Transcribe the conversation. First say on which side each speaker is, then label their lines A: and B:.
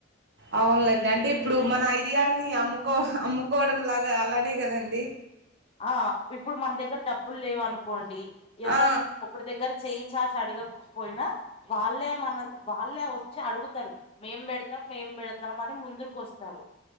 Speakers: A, on the right; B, on the left.
A: అవునులేండి అంటే ఇప్పుడు మన ఐడియాలని అమ్ముకో, అమ్ముకోవడం లాగా అలానే కదండి?
B: ఆ ఇప్పుడు మన దగ్గర డబ్బులు లేవు అనుకోండి, ఎవరిన
A: ఆ
B: ఒకరి దగ్గర చేయి చాచ అడగకపోయినా వాళ్ళే మన వాళ్ళే ఓ చ్చి అడుగుతరు మేం పెడతం, మేం పెడతం అని ముందరకు వస్తారు.